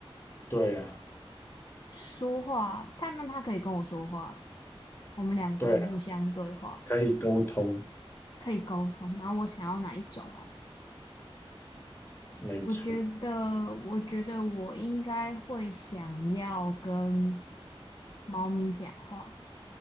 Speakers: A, on the left; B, on the left.
A: 对啊，
B: 说话，它那它可以跟我说话，我们两个也互相对话，
A: 对啊，可以沟通，
B: 可以沟通。然后我想要哪一种哦？
A: 没错。
B: 我觉得，我觉得我应该会想要跟猫咪讲话。